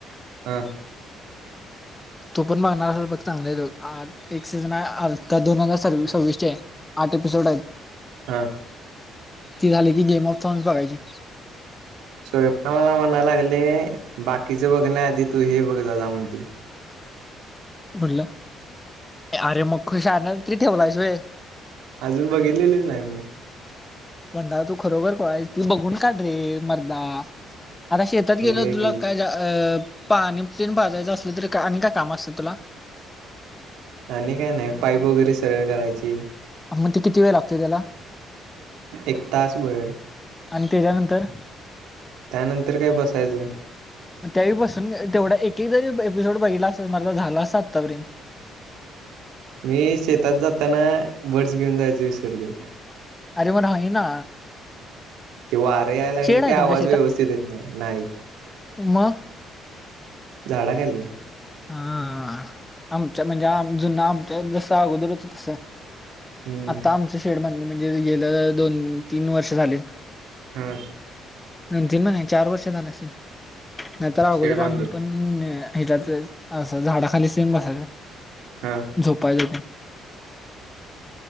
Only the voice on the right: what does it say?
हम
हा
स्वयं मला म्हणायला लागले बाकीचे बघ नाही आधी तू हे बघ जा जा म्हणतील.
अजून बघितलेलीच नाही मी.
बघूया
की
आणि काय नाही पाईप वगैरे सगळे करायची.
एक तास वर
त्यानंतर काय बसायचं.
मी शेतात जाताना बर्डस घेऊन जायच विसरते.
ते वारं यायला लागले
की आवाज
व्यवस्थित येत नाही नाही
झाडं खाली
हम्म
हा
शेड बांधून
हा